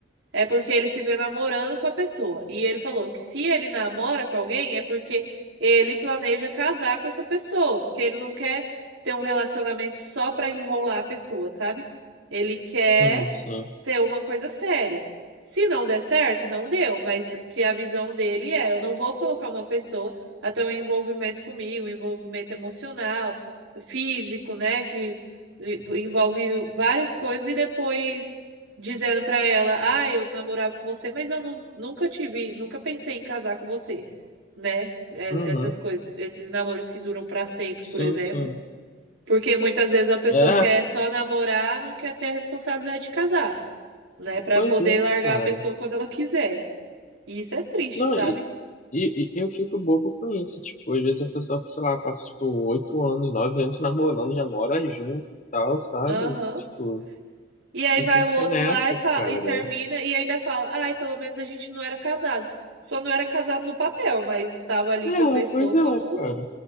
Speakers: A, on the right (about 85°); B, on the left (about 40°).
A: é porque ele se vê namorando com a pessoa. E ele falou que se ele namora com alguém é porque ele planeja casar com essa pessoa, porque ele não quer ter um relacionamento só pra enrolar a pessoa, sabe? Ele quer
B: sim, sim.
A: ter uma coisa séria. Se não der certo, não deu, mas que a visão dele é: eu não vou colocar uma pessoa até um envolvimento comigo, um envolvimento emocional, físico, né, que envolve várias coisas e depois dizendo pra ela: "Ah, eu namorava com você, mas eu nu- nunca tive, nunca pensei em casar com você", né? É-
B: Uhum,
A: Essas coisas, esses namoros que duram pra sempre,
B: sim,
A: por exemplo,
B: sim.
A: porque muitas vezes a pessoa
B: É,
A: quer só namorar, não quer ter a responsabilidade de casar né? Pra
B: Pois
A: poder
B: é,
A: largar
B: cara.
A: a pessoa quando ela quiser. E isso é triste,
B: Não,
A: sabe?
B: e, e, e eu fico bobo com isso. Tipo, às vezes a pessoa, sei lá, passa, tipo, oito anos, nove anos namorando, já mora junto e tal, sabe?
A: Aham.
B: Tipo,
A: E aí
B: e
A: vai
B: fica
A: o outro
B: nessa,
A: lá e, fa-
B: cara.
A: e termina e ainda fala: ai, pelo menos a gente não era casado. Só não era casado no papel, mas estava ali
B: É,
A: com a pessoa
B: pois
A: como,
B: é, cara.